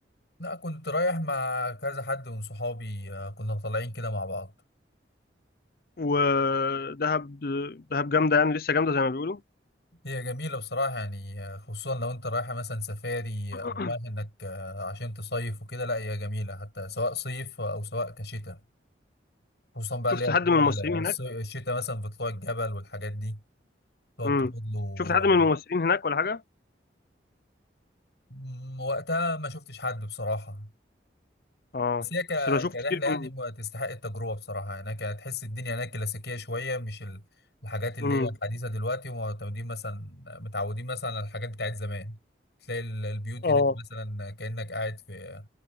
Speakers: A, on the left; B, on the left.
A: لا كنت رايح مع كذا حد من صحابي آه، كنا طالعين كده مع بعض
B: ودهب دهب جامده يعني لسه جامده زي ما بيقولوا
A: هي جميلة بصراحة يعني آه، خصوصا لو انت رايحة مثلا سفاري
B: <clears throat>
A: او رايح انك آه، عشان تصيف وكده لا هي جميلة حتى سواء صيف او سواء كشتاء خصوصا بقى
B: شفت
A: اللي هي
B: حد
A: طلوع
B: من الممثلين
A: ال-
B: هناك
A: الص- الشتاء مثلا في طلوع الجبل والحاجات دي اللي هو
B: امم
A: بتاخد له
B: شفت حد
A: آه،
B: من الممثلين هناك ولا حاجه
A: م- وقتها ما شفتش حد بصراحة
B: اه
A: بس هي ك-
B: بس بشوف
A: كرحلة
B: كتير
A: يعني
B: من
A: ما تستحق التجربة بصراحة هناك هتحس الدنيا هناك كلاسيكية شوية مش ال- الحاجات اللي
B: امم
A: هي الحديثة دلوقتي ومعتمدين مثلا متعودين مثلا على الحاجات بتاعت زمان تلاقي ال- البيوت
B: اه
A: هناك مثلا كأنك قاعد في